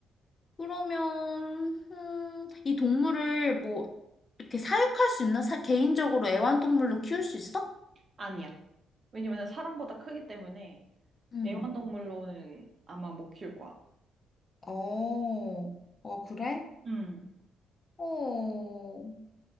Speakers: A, on the left; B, on the right.
A: 그러면 음, 이 동물을 뭐 이렇게 사육할 수 있나? 사, 개인적으로 애완동물로 키울 수 있어?
B: 아니야. 왜냐면 사람보다 크기 때문에
A: 음.
B: 애완동물로는 아마 못 키울 거야.
A: 어, 어, 그래?
B: 음.
A: 어,